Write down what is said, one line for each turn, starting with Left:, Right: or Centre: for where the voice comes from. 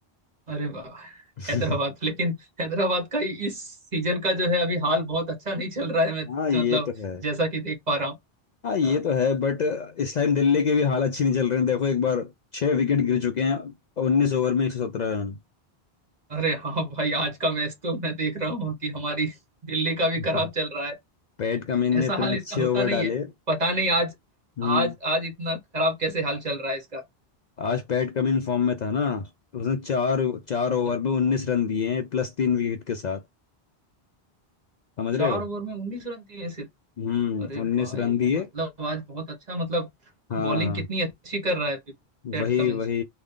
Right: अरे वाह
Left: <laughs>
Right: हैदराबाद लेकिन हैदराबाद का इस सीजन का जो है अभी हाल बहुत अच्छा नहीं चल रहा है मैं
Left: हाँ ये
Right: मतलब
Left: तो है
Right: जैसा कि देख पा रहा हूँ
Left: हाँ ये
Right: हाँ,
Left: तो है बट इस टाइम दिल्ली के भी हाल अच्छी नहीं चल रहे हैं देखो एक बार छह विकेट गिर चुके हैं उन्नीस ओवर में एक सौ सत्रह रन
Right: अरे हाँ भाई आज का मैच तो मैं देख रहा हूँ कि हमारी दिल्ली का भी
Left: <laughs>
Right: खराब चल रहा है
Left: पैट कमिंस
Right: ऐसा
Left: ने इतने
Right: हाल
Left: अच्छे
Right: इसका होता
Left: ओवर
Right: नहीं
Left: डाले
Right: है पता नहीं आज
Left: हम्म
Right: आज आज इतना खराब कैसे हाल चल रहा है इसका
Left: आज पैट कमिंस फॉर्म में था ना उसने चार चार ओवर
Right: अरे
Left: में उन्नीस रन दिए हैं प्लस तीन विकेट के साथ समझ
Right: चार
Left: रहे हो
Right: ओवर में उन्नीस रन दिए सिर्फ
Left: हम्म
Right: अरे
Left: उन्नीस
Right: वाह ये
Left: रन
Right: तो
Left: दिए
Right: मतलब आज बहुत अच्छा मतलब
Left: हाँ
Right: बॉलिंग कितनी अच्छी कर रहा है फिर पैट
Left: वही
Right: कमिंस
Left: वही